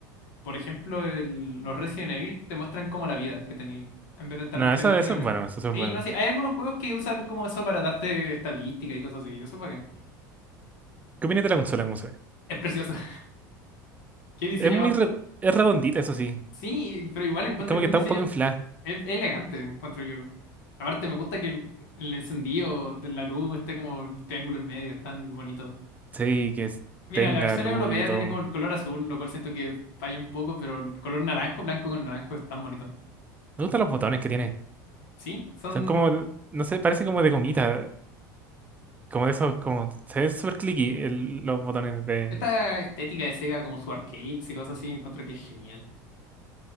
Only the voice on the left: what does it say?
por ejemplo, el- los Resident Evil te muestran como la vida que tenía en vez de estar,
tener
que ir al
menú.
Sí,
no, sí, hay algunos juegos que usan como eso para darte estadística y cosas así, eso es bacán.
Es precioso. <laughs> Qué diseño
más.
Sí, pero igual encuentro
que
un
diseño.
Es es elegante, encuentro yo. Aparte, me gusta que el, el encendido de la luz esté como el triángulo en medio, es tan bonito.
Mira,
la versión
europea
tiene como el color azul, lo cual siento que falla un poco, pero el color naranjo, blanco con naranjo es tan bonito.
Sí, son...
Esta estética de Sega, como su arcades y cosas así, encuentro que es genial.